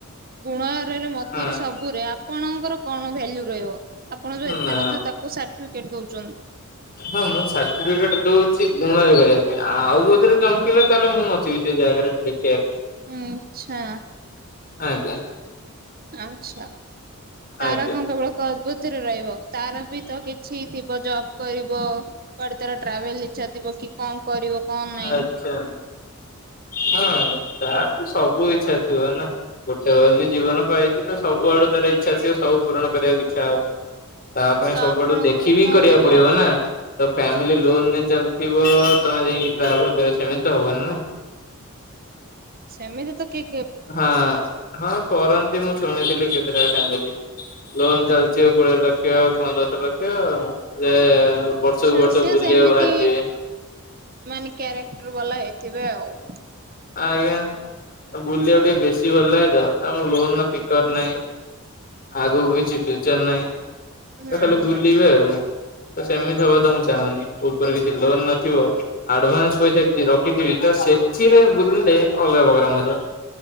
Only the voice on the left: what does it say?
ହଁ
ନା
ହଁ ମୁଁ ସାର୍ଟିଫିକେଟ ଦଉଚି ଗୁଣରେ କରିବା ପାଇଁ ଆଉ କୋଉଥିରେ ଚମକିଲେ ତାହେଲେ ମୁଁ ନଥିବି ସେ ଜାଗାରେ ଥିଲି।
ଆଜ୍ଞା।
ଆଜ୍ଞା
ଆଛା ହଁ ତାର ତ ସବୁ ଇଚ୍ଛା ଥିବ ନା। ଗୋଟେ ବୋଲି ଜୀବନ ପାଇଛି ତ ସବୁଆଡୁ ତାର ଇଚ୍ଛାଥିବ ସବୁ ପୂରଣ କରିବାକୁ ଇଚ୍ଛା ହବ। ତା ପାଇଁ
ସବୁଆଡୁ
ଦେଖି ବିି
କରିବାକୁ
ପଡିବ ନା। ତ ଫ୍ୟାମିଲି ଲୋନରେ ଚାଲିଥିବ ତମେ ଯାଇକି ଟ୍ରାଭେଲ କରିବ ସେମିତି ତ ହବନି ନା।
ହଁ ହଁ କରନ୍ତି ମୁଁ ଶୁଣିଥିଲି କେତେଟା ଫାମିଲି। ଲୋନ ଚାଲିଚି କୋଡ଼ିଏ ଲକ୍ଷ୍ୟ ପନ୍ଦତ ଲକ୍ଷ୍ୟ ଯେ ବର୍ଷକୁ
ବର୍ଷ ବୁଲିବାକୁ
ବାହାରିଯିବେ
ଆଜ୍ଞା ବୁଲିବାକୁ ଟିକେ ବେଶୀ ଭଲ ଲାଗେତ ତାଙ୍କଲୋନର ସ୍ପିପିକର ନାହିଁ। ଆଗକୁ କିଛି ଫିୟୁର୍ଚର ନାହିଁ
ଖାଲି ବୁଲିବେ ଆଉ। ତ ସେମିତି ହବା ତ ମୁଁ ଚାହୁଁନି ଉପରେ କିଛି ଲୋନ ନଥିବ ଆଡଭାନ୍ସ ପଇସା କିଛି ରଖିଥିବି ତ ସେଥିରେ ବୁଲିଲେ ଅଲଗା ପ୍ରକାର ମଜା।